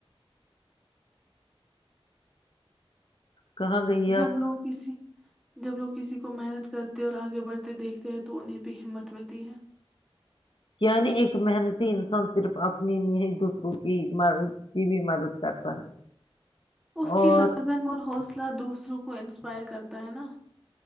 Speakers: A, on the left; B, in the centre.
A: کہاں گئی
B: جب
A: آپ
B: لوگ کسی جب لوگ کسی کو محنت کرتے اور آگے بڑھتے دیکھتے ہیں تو انہیں بھی ہمت ملتی ہے
A: یعنی ایک محنتی انسان صرف اپنی نہی دوسروں کی کی بھی مدد کرتا ہے
B: اس
A: اور
B: کی لگن اور حوصلہ دوسروں کو ان پائر کرتا ہے نا